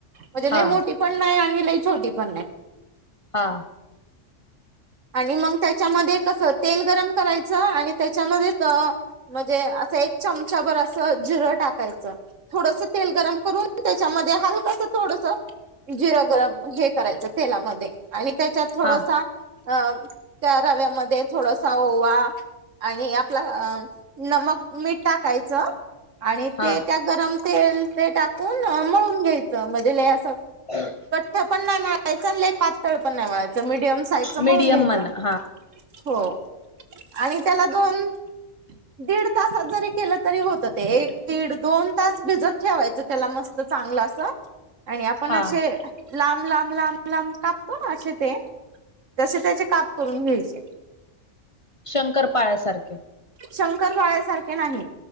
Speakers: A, on the right (about 80°); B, on the left (about 35°).
A: म्हजे
B: हा
A: लई मोठी पण नाई आणि लई छोटी पण नाई.
B: हा.
A: आणि मंग त्याच्यामध्ये कसं? तेल गरम कराय चं आणि त्याच्यामध्येच अ म्हजे असं एक चमचाभर असं जिरं टाकायचं. थोडसं तेल गरम करून, त्याच्यामध्ये हलकस थोडसं जिरं गरम हे करायचं तेलामध्ये. आणि त्याच्यात थोडसा
B: हा
A: अ त्या रव्यामध्ये थोडसा ओवा आणि आपला अ नमक मीठ टाकायचं. आणि
B: हा
A: ते त्या गरम तेल ते टाकून अं मळून घ्यायचं. म्हजे लय असं
B: <inaudible>
A: कठ्ठ पण नाई म्हळायचं आणि लई पातळ पण नाई मळायचं, मिडियम साईज च
B: मीडियम
A: मळून घ्यायचं.
B: म्हणा हा
A: हो, आणि त्याला दोन दीड तासात जरी केलं तरी होतं ते. एक दीड दोन तास भिजत ठेवायचं त्याला मस्त चांगलं असं. आणि आपण
B: हा
A: असे लांब लांब लांब लांब कापतो ना असे ते. तसे त्याचे काप करून घ्यायचे.
B: शंकरपाळ्या सारखे
A: शंकरळ्यासारखे नाही.